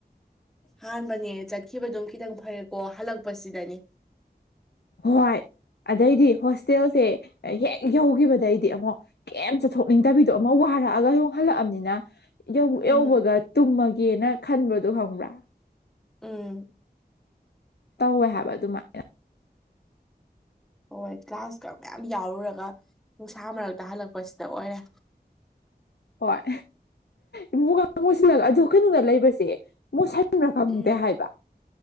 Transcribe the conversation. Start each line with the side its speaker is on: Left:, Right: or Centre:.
Centre: ꯑꯍꯥꯟꯕꯅꯦ ꯆꯠꯈꯤꯕꯗꯨꯝ ꯈꯤꯇꯪ ꯐꯩꯀꯣ ꯍꯜꯂꯛꯄꯁꯤꯗꯅꯤ
Left: ꯍꯣꯏ ꯑꯗꯩꯗꯤ ꯍꯣꯁꯇꯦꯜꯁꯦ ꯍꯦꯛ ꯌꯧꯈꯤꯕꯗꯩꯗꯤ ꯑꯃꯨꯛ ꯀꯩꯝ ꯆꯠꯊꯣꯛꯅꯤꯡꯗꯕꯤꯗꯣ ꯑꯃ ꯋꯥꯔꯛꯑꯒ ꯌꯣꯡꯍꯜꯂꯛꯑꯕꯅꯤꯅ ꯌꯧ
Centre: ꯎꯝ
Left: ꯌꯧꯕꯒ ꯇꯨꯝꯃꯒꯦꯅ ꯈꯟꯕꯗꯨ ꯈꯪꯕ꯭ꯔꯥ
Centre: ꯎꯝ
Left: ꯇꯧꯋꯦ ꯍꯥꯏꯕ ꯑꯗꯨꯃꯥꯏ
Centre: ꯍꯣꯏ ꯀ꯭ꯂꯥꯁꯀ ꯃꯌꯥꯝ ꯌꯥꯎꯔꯨꯔꯒ ꯅꯨꯡꯁꯥ ꯃꯔꯛꯇ ꯍꯜꯂꯛꯄꯁꯤꯗ ꯑꯣꯏꯔꯦ
Left: ꯍꯣꯏ ꯏꯃꯨꯡꯒ ꯃꯨꯁꯤꯜꯂꯒ ꯑꯗꯨ ꯀꯩꯅꯣꯗ ꯂꯩꯕꯁꯦ ꯃꯨꯁꯟ ꯕꯔ ꯈꯪꯗꯦ
Centre: ꯎꯝ
Left: ꯍꯥꯏꯕ